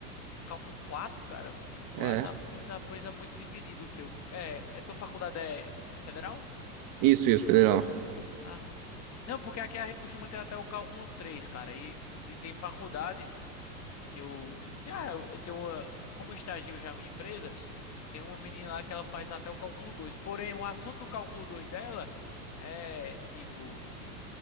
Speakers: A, on the left; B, on the right.
A: Cálculo 4, cara. Física quatro,
B: É.
A: ah, pois, ah, pois é muito dividido o teu. É, é tua faculdade é, é federal?
B: Isso, isso, federal.
A: Ah. Não, porque aqui a gente costuma ter até o cálculo 3, cara. E, e tem faculdades. que eu, cara, eu tenho uma, como eu estagio já em uma empresa, tem uma menina lá que ela faz até o cálculo dois, Porém, o assunto do cálculo 2 dela é tipo,